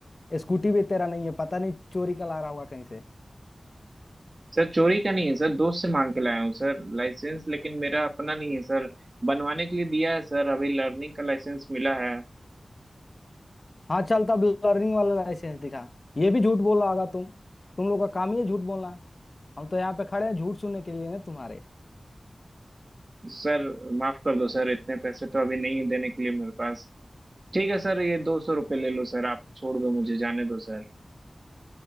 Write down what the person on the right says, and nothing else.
सर चोरी का नहीं है सर दोस्त से मांग के लाया हूँ सर लाइसेंस लेकिन मेरा अपना नहीं है सर बनवाने के लिए दिया है सर अभी लर्निंग का लाइसेंस मिला है
सर माफ कर दो सर इतने पैसे तो अभी नहीं है देने के लिए मेरे पास ठीक है सर ये दो सौ रुपये ले लो सर आप छोड़ दो मुझे जाने दो सर